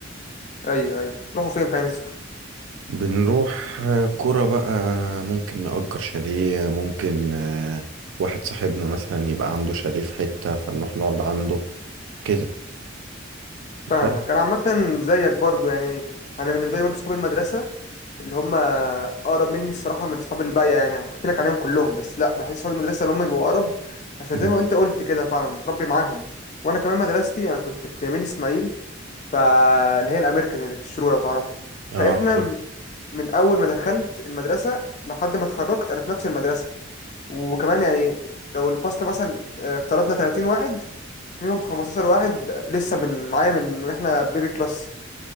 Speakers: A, on the left; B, on the right.
A: ايوه ايوه تروحوا فين في عين السخنه
B: بنروح آه، قرى بقى ممكن نأجر شاليه ممكن آه، واحد صاحبنا مثلا يبقى عنده شاليه في حتة فنروح نقعد عنده كده
A: فاهمك
B: بس
A: انا عامه زيك برضو يعني انا بالنسبه لي برضو صحاب المدرسه اللي هم اقرب مني الصراحه من صحاب الباقيه يعني هحكي لك عليهم كلهم بس لا بحس صحاب المدرسه اللي هم بيبقوا اقرب عشان
B: م.
A: زي ما انت قلت كده فعلا متربي معاهم وانا كمان مدرستي انا كنت في يمين اسماعيل فاللي هي الامريكان اللي في الشروق لو تعرفها
B: اه
A: فاحنا
B: عارف
A: م- من اول ما دخلت المدرسه لحد ما اتخرجت انا في نفس المدرسه وكمان يعني لو الفصل مثلا آه، افترضنا 30 واحد منهم 15 واحد لسه من معايا من واحنا بيبي كلاس